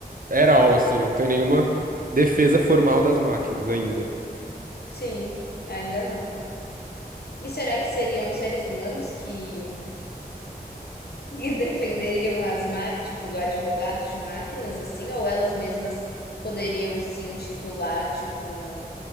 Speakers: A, on the right; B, on the left.
A: At all, assim, não tem nenhuma defesa formal das máquinas ainda.
B: Sim, ainda não. E será que seriam seres humanos que que defenderiam as máquinas, tipo, advogados de máquinas, assim, ou elas mesmas poderiam se intitular, tipo,